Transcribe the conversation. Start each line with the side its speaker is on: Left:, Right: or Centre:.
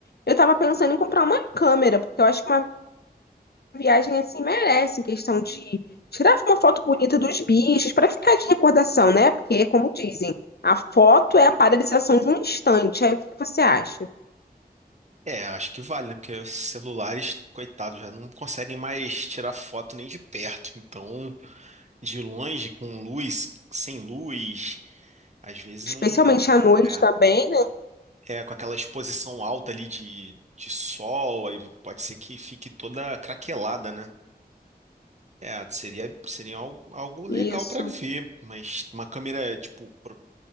Left: Eu tava pensando em comprar uma câmera, porque eu acho que uma viagem assim merece, em questão de tirar uma foto bonita dos bichos, para ficar de recordação, né? Porque, como dizem, a foto é a paralisação de um instante. Aí o que que você acha?
Right: É, acho que vale, né? Porque os celulares, coitados, já não conseguem mais tirar foto nem de perto. Então, de longe, com luz, sem luz, às vezes
Left: Especialmente
Right: não.
Left: à noite
Right: É,
Left: também, né?
Right: é com aquela exposição alta ali de, de sol, aí pode ser que fique toda craquelada, né? É, seria, seria algo, algo legal
Left: Isso.
Right: para ver, mas uma câmera, tipo, pro-